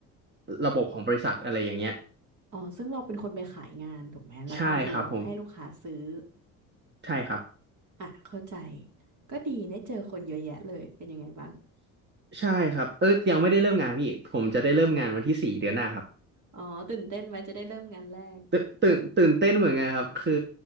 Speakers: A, on the right; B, on the right.
A: ระบบของบริษัทอะไรอย่างเงี้ย
B: อ๋อซึ่งเราเป็นคนไปขายงานถูกไหมแล้วก็ดูว่าให้ลูกค้าซื้อ
A: ใช่ครับผมใช่ครับ
B: อ่ะเข้าใจก็ดีได้เจอคนเยอะแยะเลยเป็นยังไงบ้าง
A: ใชใช่ครับเออยังไม่ได้เริ่มงานพี่ผมจะได้เริ่มงานวันที่สี่เดือนหน้าครับ
B: อ๋อตื่นเต้นไหมจะได้เริ่มงานแรก
A: ตื่นตื่นตื่นเต้นเหมือนกันครับคือ